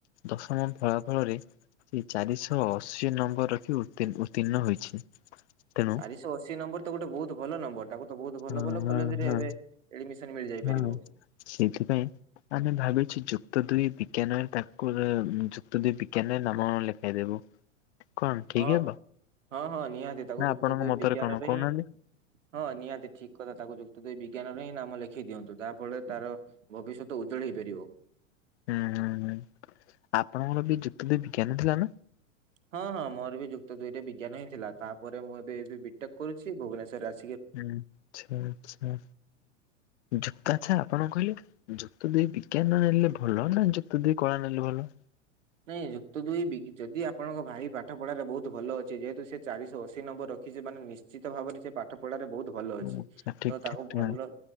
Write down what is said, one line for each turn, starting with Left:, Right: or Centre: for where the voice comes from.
Left: ଦଶମ ଫଳାଫଳରେ ସେ ଚାରିଶହ ଅଶୀ ନମ୍ବର ରଖି ଉତ୍ତୀ ଉତ୍ତୀର୍ଣ୍ଣ ହୋଇଛି। ତେଣୁ
Right: ଚାରିଶହ ଅଶୀ ନମ୍ବର ତ ଗୋଟେ ବହୁତ ଭଲ ନମ୍ବର। ତାକୁ ତ ବହୁତ ଭଲ
Left: ହଁ
Right: ଭଲ କଲେଜ ରେ
Left: ହଁ
Right: ଏବେ ଏଡମିସନ ମିଳିଯାଇ
Left: ହଁ
Right: ପାରିବ।
Left: ସେଇଥିପାଇଁ ଆମେ ଭାବିଛୁ ଯୁକ୍ତ ଦୁଇ ବିଜ୍ଞାନରେ ତାକୁ ଉ ଯୁକ୍ତ ଦୁଇ ବିଜ୍ଞାନ ନାମ ଲେ ଦେଇଦେବୁ କଣ ଠିକ
Right: ହଁ
Left: ହେବ?
Right: ହଁ ହଁ ନିହାତି ତାକୁ
Left: ନା
Right: ଯୁକ୍ତ
Left: ଆପଣଙ୍କ
Right: ଦୁଇ
Left: ମତରେ
Right: ବିଜ୍ଞାନରେ
Left: କଣ କହୁନାହାନ୍ତି?
Right: ହିଁ ହଁ ନିହାତି ଠିକ କଥା ତାକୁ ଯୁକ୍ତ ଦେଇ ବିଜ୍ଞାନରେ ହିଁ ନାମ ଲେଖେଇ ଦିଅନ୍ତୁ ତା ଫଳରେ ତାର ଭବିଷ୍ୟତ ଉଜ୍ଜଳ ହେଇ ପାରିବ।
Left: ହୁଁ ହୁଁ ହୁଁ। ଆପଣଙ୍କର ବି ଯୁକ୍ତ ଦୁଇ ବିଜ୍ଞାନ ଥିଲା ନା?
Right: ହଁ ହଁ ମୋର ବି ଯୁକ୍ତ ଦୁଇରେ ବିଜ୍ଞାନ ହିଁ ଥିଲା। ତାପରେ ମୁଁ ଏବେ ଏବେ ବି ଟେକ୍ କରୁଛି ଭୁବନେଶ୍ୱରରେ ଆସି
Left: ହୁଁ ଆଚ୍ଛା ଆଚ୍ଛା। ଯୁକ୍ତ ଆଛା ଆପଣ କହିଲେ? ଯୁକ୍ତ ଦୁଇ ବିଜ୍ଞାନ ନେଲେ ଭଲ ନା ଯୁକ୍ତ ଦୁଇ କଳା ନେଲେ ଭଲ?
Right: ନାଇଁ ଯୁକ୍ତ ଦୁଇ ବି ଯଦି ଆପଣଙ୍କ ଭାଇ ପାଠ ପଢାରେ ବହୁତ ଭଲ ଅଛି ଯେହେତୁ ସେ ଚାରିଶହ ଅଶୀ ନମ୍ବର ରଖିଛି ମାନେ ନିଶ୍ଚି ଶ୍ଚିତ ଭାବରେ ସେ ପାଠ ପଢାରେ ବହୁତ ଭଲ ଅଛି।
Left: ଆଚ୍ଛା ଠିକ
Right: ତ ତାକୁ
Left: ଠିକ ଠିକ
Right: ଭଲ